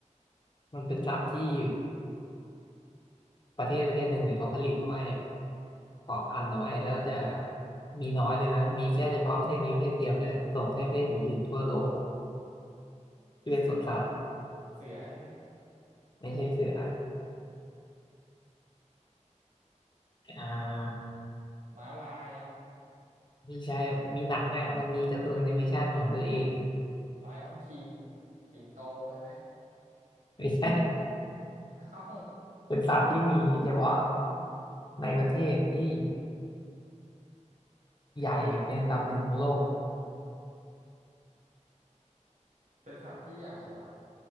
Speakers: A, on the left; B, on the right.
A: มันเป็นสัตว์ที่ประเทศประเทศหนึ่งเนี่ยเขาผลิตเอาไว้ เกาะพันเอาไว้แล้วจะมีน้อยเลยนะ มีแค่เฉพาะประเทศนี้ประเทศเดียวด้วยส่งให้ประเทศอื่นๆทั่วโลก
B: อุ้ย
A: ที่เป็นสวนสัตว์
B: เสือเสือใช่ไหม
A: ไม่ใช่เสืออ่า
B: ม้าลายเอา
A: ไม่ใช่มีหนังอ่ะมันมีการ์ตูนแอนิเมชันของตัวเอง
B: ไลออนคิงสิงโตใช่ไหม
A: ไม่ใช่
B: เอ้า
A: <laughs> เป็นสัตว์ที่มีเฉพาะในประเทศที่ใหญ่เป็นอันดับหนึ่งของโลก
B: เป็นสัตว์ที่ใหญ่เหรอ